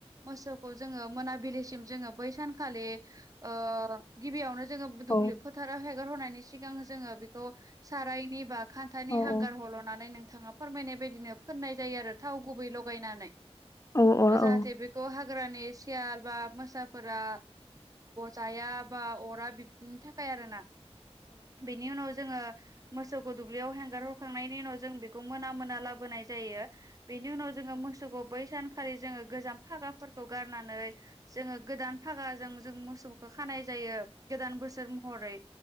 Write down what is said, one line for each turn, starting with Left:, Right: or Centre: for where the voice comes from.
Right: मोसौखौ जोङो मोनाबिलिसिम जोङो बै सानखालि ओ गिबियावनो जोंङो दुब्लि
Left: औ
Right: फोथाराव हेगारहरनायनि सिगां जोङो बेखौ सारायनि बा खान्थानि
Left: औ औ
Right: हांगार हल'नानै नोंथाङा फोरमायनाय बायदिनो फोननाय जायो आरो थाव गुबै लगायनानै
Left: औ
Right: जाहाथे
Left: औ
Right: बेखौ हाग्रानि सियाल बा मोसाफोरा जाया बा अरा बिनि थाखाय आरो ना। बेनि उनाव जोङो मोसौखौ दुब्लियाव हेंगार हरखांनायनि उनाव जों बेखौ मोना मोना लाबोनाय जायो बेनि उनाव जोङो मोसौखौ बै सानखालि जोङो गोजाम फागाफोर खौ गारनानै जोङो गोदान फागाजों जों मोसौखौ खानाय जायो गोदान बोसोर महरै